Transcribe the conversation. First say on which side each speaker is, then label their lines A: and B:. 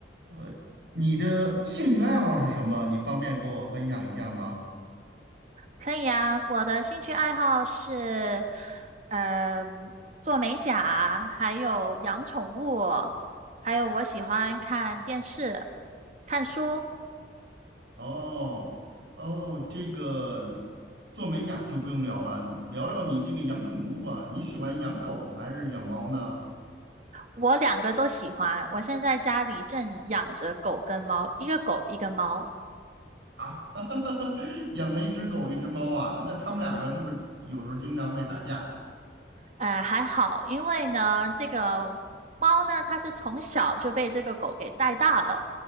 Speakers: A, on the right; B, on the right.
A: 呃，你的兴趣爱好是什么？你方便给我分享一下吗？
B: 可以啊，我的兴趣爱好是，嗯、做美甲，还有养宠物，还有我喜欢看电视、看书，
A: 哦哦，这个做美甲就不用聊了，聊聊你这个养宠物吧。你喜欢养狗还是养猫呢？
B: 我两个都喜欢。我现在家里正养着狗跟猫，一个狗一个猫，
A: 啊，<laughs> 养了一只狗，一只猫啊，那他们两个是不是有时候经常会打架？
B: 呃，还好，因为呢，这个猫呢，它是从小就被这个狗给带大的，